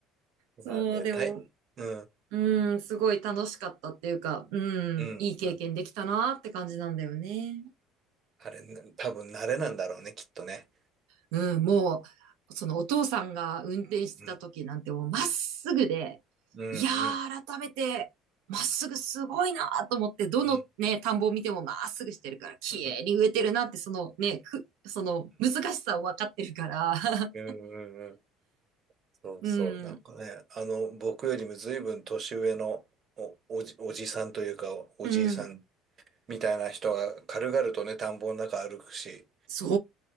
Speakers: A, on the right; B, on the right.
A: そう、
B: まあね、
A: でも
B: たい、うん、
A: うん、すごい楽しかったっていうか、うん、
B: うん、
A: いい経験できたなって感じなんだよね。
B: うん。あれ、な多分慣れなんだろうね、きっとね。
A: うん、もう、そのお父さんが運転してた時なんてもうまっすぐで、
B: うん、うん、
A: いやー、
B: うん、
A: 改めて、まっすぐすごいなーと思って、どのね、
B: うん。
A: 田んぼを見てもまっすぐしてるから、綺麗に植えてるなって、
B: うん、
A: そのね、く、その難しさを分かってるから、<laughs>
B: うん、うん。そうそう、
A: うん、
B: なんかね、あの、僕よりも随分年上のお、おじ、おじさんというか、おじいさん
A: うん、
B: みたいな人が軽々とね、田んぼの中歩くし、
A: そ